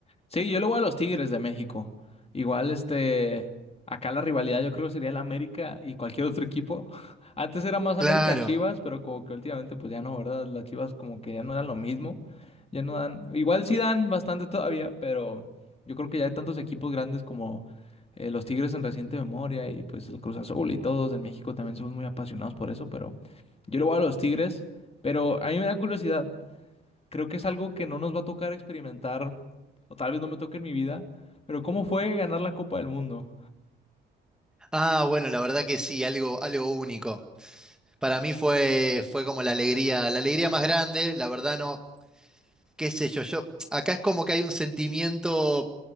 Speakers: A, on the left (about 30°); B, in the centre.
A: Sí, yo le voy a los Tigres de México. Igual, este, acá la rivalidad yo creo que sería el América y cualquier otro equipo. <laughs> Antes era más
B: Claro.
A: América Chivas, pero como que últimamente pues ya no, ¿verdad? Las Chivas como que ya no eran lo mismo. Ya no dan, igual sí dan bastante todavía, pero yo creo que ya hay tantos equipos grandes como eh, los Tigres en reciente memoria y pues el Cruz Azul y todos en México también somos muy apasionados por eso, pero yo le voy a los Tigres, pero a mí me da curiosidad. Creo que es algo que no nos va a tocar experimentar o tal vez no me toque en mi vida, pero ¿cómo fue ganar la Copa del Mundo?
B: Ah, bueno, la verdad que sí, algo, algo único. Para mí fue, fue como la alegría, la alegría más grande, la verdad no, qué sé yo, yo, acá es como que hay un sentimiento